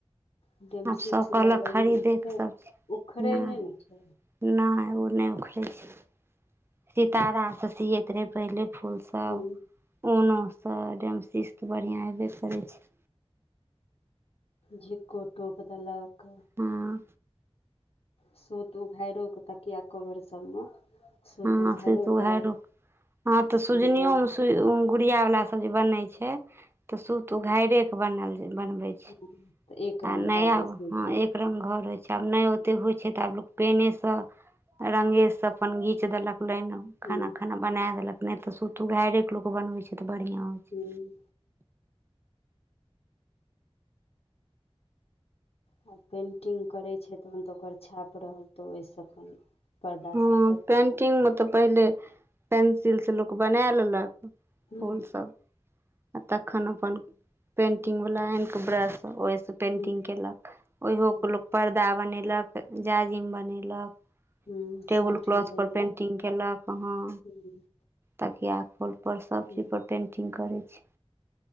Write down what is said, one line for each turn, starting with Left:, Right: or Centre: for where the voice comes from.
Left: डेमसिक
Right: आब सभ
Left: सिलाइ
Right: कहलक
Left: जल्दी
Right: खरीदयकेऽ
Left: उखड़ै
Right: सभ चीज
Left: उखड़ै
Right: नहि
Left: ने छै
Right: नहि ओ नहि उखड़ै छै सितारा सँ सियैत रहै पहिले फूल सँ
Left: हूँ,
Right: तब ऊनो सँ रेमसिस्त बढ़िआँ हेबे करै छै
Left: क्षिकोटोप देलक
Right: हँ
Left: सुूत उघारिओ कऽ तकिया कवर सबमे सूत
Right: हां
Left: उघाइरो
Right: से त उधाइरो
Left: कऽ
Right: क हां तऽ सुजनियो
Left: डिजाइन
Right: मे सु गुड़िया वाला सब जे बने छै ते सूत उ घाररे के बनल बनवे छै
Left: ह तऽ एक
Right: आ
Left: रङ्ग
Right: नया
Left: घर बैसै
Right: हँ
Left: छै
Right: एक रंग घर होय छैय आब ने ओते होय छैय ते आब लोग पेने से रंगे से अपन गी घिच देलक लाइन खाना
Left: हूँ
Right: खाना बना देलक नहि तऽ सुूतू उधारे के लोकोग बनबे छैय तऽ बढ़ियां होइ छैय
Left: हूँ आ पेन्टिंग करै छैय तहन तऽ ओकर छाप रहल तऽ ओहि सँ अपन पर्दा
Right: हँ
Left: सब पर केलक
Right: पेंटिंग मे तऽ पहिले पेंसिल सँ लोक बनाए लेलक
Left: हूँ
Right: फूलसभ आ तखन अपन पेंटिंग वाला आनि कऽ ब्रश ओहिसँ पेंटिंग
Left: हूँ
Right: कयलक ओहियोके
Left: हूँ
Right: लोक पर्दा बनेलक जाजिम बनेलक
Left: हूँ
Right: टेबुल
Left: साँठमे
Right: क्लॉथ
Left: दै
Right: पर
Left: लए
Right: पेंटिंग केलक हँ
Left: हूँ
Right: तकिया खोल पर सब
Left: हूँ
Right: चीज पर पेंटिंग करै छी